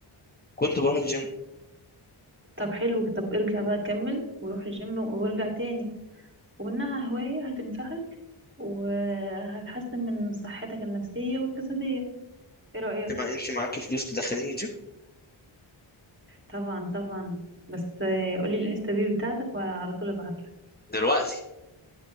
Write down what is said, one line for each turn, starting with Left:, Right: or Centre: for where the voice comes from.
Left: كنت بروح الجيم
Right: طب حلو طب ارجع بقى كمل وروح الجيم و- وارجع تاني ومنها هوايه هتنفعك وهتحسن من صحتك النفسيه والجسديه ايه رايك
Left: انت ما كانش معاك فلوس تدخليني جيم
Right: طبعا طبعا بس آه، قولي الانستا بيج بتاعتك وعلى طول ابعت لك
Left: دلوقتي